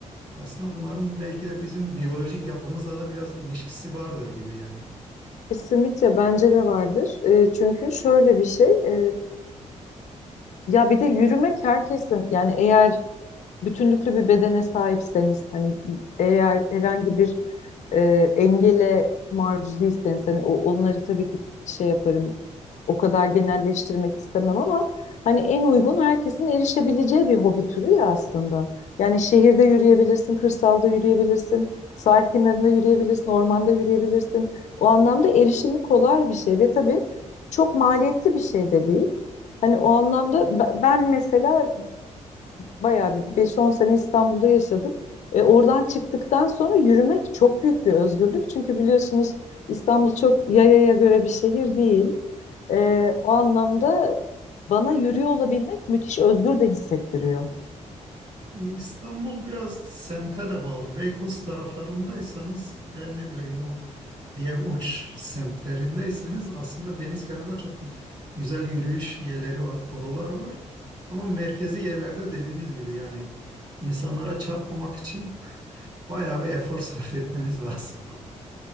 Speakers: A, on the right (about 40°); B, on the left (about 70°).
A: Aslında bunların belki de bizim biyolojik yapımızla da biraz ilişkisi vardır gibi yani.
B: Kesinlikle bence de vardır. E, çünkü şöyle bir şey, e, ya bir de yürümek herkesin yani eğer bütünlüklü bir bedene sahipseniz hani eğer herhangi bir e, engele maruz değilseniz hani o, onları tabii ki şey yaparım o kadar genelleştirmek istemem ama hani en uygun herkesin erişebileceği bir hobi türü ya aslında. Yani şehirde yürüyebilirsin, kırsalda yürüyebilirsin, sahil kenarında yürüyebilirsin, ormanda yürüyebilirsin. O anlamda erişimi kolay bir şey ve tabii çok maliyetli bir şey de değil. Hani o anlamda be- ben mesela Bayağı bir beş-on sene İstanbul'da yaşadım. E, oradan çıktıktan sonra yürümek çok büyük bir özgürlük. Çünkü biliyorsunuz İstanbul çok yayaya göre bir şehir değil. E, o anlamda bana yürüyor olabilmek müthiş özgür de hissettiriyor.
A: Yani İstanbul biraz semte de bağlı. Beykoz taraflarındaysanız veya ne bileyim o diğer uç semtlerindeyseniz aslında deniz kenarında çok güzel yürüyüş yerleri var, korular var. Ama merkezi yerlerde dediğiniz gibi yani insanlara çarpmamak için <laughs> bayağı bir efor sarf etmeniz lazım.